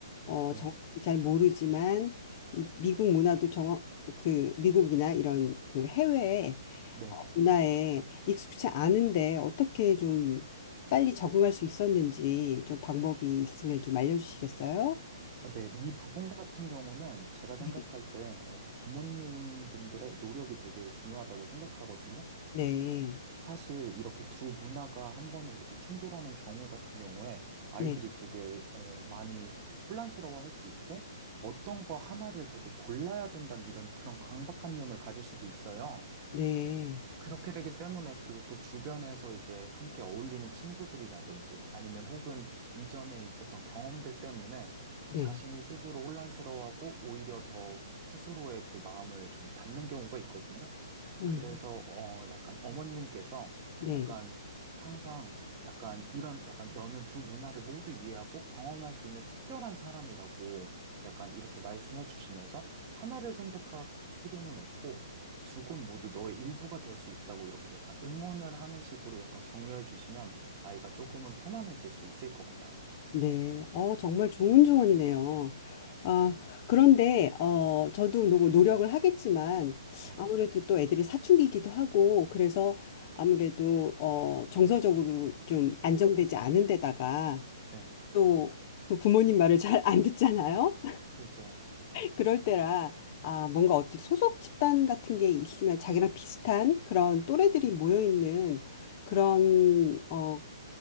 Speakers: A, on the left; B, on the right.
A: 어,
B: 네,
A: 정확히 잘 모르지만 이 미국 문화도 정확, 그 미국이나 이런 그 해외
B: 네.
A: 어, 문화에 익숙치 않은데 어떻게 좀 빨리 적응할 수 있었는지 좀 방법이 있으면 좀 알려주시겠어요?
B: 아, 네, 이 부분 같은 경우는 제가
A: 네.
B: 생각할 때, 어, 부모님 분들의 노력이 되게 중요하다고 생각하거든요.
A: 네,
B: 사실 이렇게 두 문화가 한 번에 이렇게 충돌하는 경우 같은 경우에 아이들이
A: 네,
B: 되게, 어, 많이 혼란스러워 할 수 있고, 어떤 거 하나를 되게 골라야 된다는 이런 그런 강박관념을 가질 수도 있어요.
A: 네,
B: 그렇게 되기 때문에 그리고 또 주변에서 이제 함께 어울리는 친구들이라든지 아니면 혹은 이전에 있었던 경험들 때문에
A: 네,
B: 자신이 스스로 혼란스러워하고 오히려 더 스스로의 그 마음을 좀 닫는 경우가 있거든요.
A: 음,
B: 그래서 어 약간 어머님께서
A: 네,
B: 약간 항상 약간 이런 약간 너는 두 문화를 모두 이해하고 경험할 수 있는 특별한 사람이라고 약간 이렇게 말씀해 주시면서 하나를 선택할 필요는 없고 두 곳 모두 너의 일부가 될 수 있다고 이렇게 약간 응원을 하는 식으로 약간 격려해 주시면 아이가 조금은 편안해질 수 있을 것 같아요.
A: 네. 어, 정말 좋은 조언이네요. 아, 그런데, 어, 저도 너무 노력을 하겠지만,
B: 네,
A: 아무래도 또 애들이 사춘기이기도 하고, 그래서 아무래도, 어, 정서적으로 좀 안정되지 않은 데다가,
B: 네,
A: 또, 또 부모님 말을 잘 안 듣잖아요?
B: 그죠.
A: 그럴 때라 아 뭔가 어디 소속 집단 같은 게 있으면 자기랑 비슷한 그런 또래들이 모여 있는 그런 어